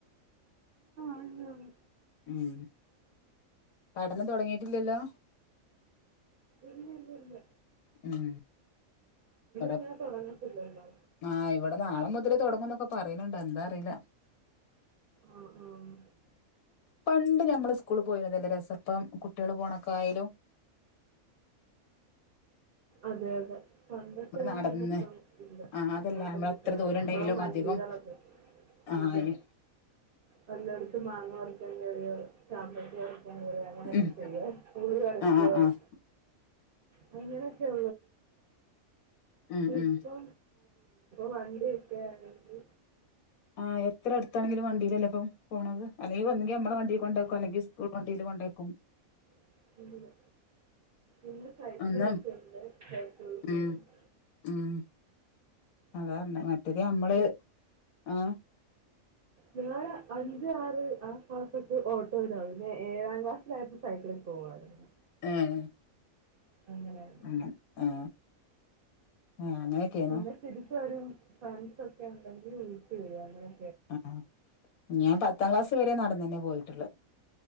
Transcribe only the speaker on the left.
ഉം പഠനം തൊടങ്ങീട്ടില്ല്യല്ലോ?
ഉം വ്ടെ
ആ ഇവ്ടെ നാളെ മുതല് തൊടങ്ങുംന്നൊക്കെ പറീണ് ണ്ട് എന്താ അറീല
പണ്ട് ഞമ്മള് സ് കൂൾ പോയ്നതല്ലെ രസപ്പം കുട്ട്യേള് പോണ ക്കായ്ലും
നടന്ന്
ആഹ് അതല്ല
നമ്മള് എത്ര ദൂരം
ഉണ്ടെങ്കിലും
അധികം ആഹ്
ഉം
ആഹ് ആഹ്
ഉം
ഉം
ആഹ് എത്ര അടുത്താണെങ്കിലും വണ്ടീലല്ലേപ്പൊ പോണത് അല്ലെങ്കി വണ്ടി ഞമ്മ ട വണ്ടി കൊണ്ടാക്കും
അല്ലെങ്കി സ് വണ്ടീല് കൊണ്ടേക്കും.
അന്ന്
ഉം ഉം അതാ പറഞ്ഞെ മറ്റേത് നമ്മള് ആ
ഉം
ആ ആ ആ അങ്ങനെയൊക്കയാന്നോ
ആ ഞാൻ പത്താം ക്ലാസ് വരെ നടന്ന് തന്നെ പോയിട്ടുള്ള